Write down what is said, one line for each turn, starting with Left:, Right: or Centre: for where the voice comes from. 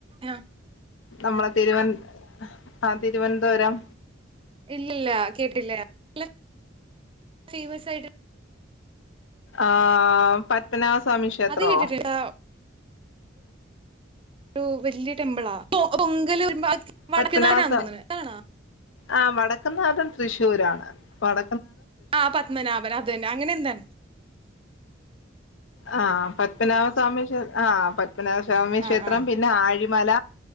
Right: ആഹ്
Left: നമ്മളെ തിരുവ <unintelligible> ആ തിരുവനന്തപുരം
Right: ഇല്ല്യല്ല കേട്ടില്ല <inaudible> ല <inaudible>
Left: ആ പത്തന സ്വാമി ക്ഷേത്രോ,
Right: അത് കേട്ടിട്ടില്ല ഒരു വലിയ ടെമ്പിളാ <unintelligible> വടക്ക
Left: പത്മനാഭ
Right: നാല <unintelligible>
Left: സ്വാ
Right: ആണാ
Left: ആ വടക്കനാഥൻ തൃശ്ശൂരാണ് വട
Right: ആഹ പത്മനാഭൻ അത് തന്നെ, അങ്ങനെ എന്താ
Left: ആഹ പത്മനാഭസ്വാമി ക്ഷേ ആഹ പത്മനാഭസ്വാമി ക്ഷേത്രം
Right: ആഹ് ആഹ്
Left: പിന്നെ ആഴ മല